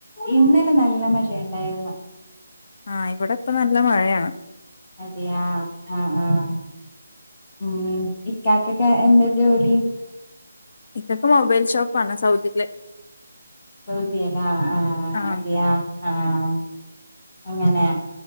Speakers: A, on the left; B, on the left.
A: ഇന്നലെ നല്ല മഴ ഉണ്ടായിരുന്നു
B: ആഹ ഇവിടെ ഇപ്പ നല്ല മഴയാണ്
A: അതെയ ആഹ ആഹ ഉ ഇറ്റത്തൊക്കെ എന്താ ജോലി
B: എക്കക്കെ മൊബൈൽ ഷോപ്പ് വണ സൗദല്ലേ
A: ൗതിയല്ല ആഹ
B: ആഹ്
A: അതിയാ ആഹ അങ്ങനെ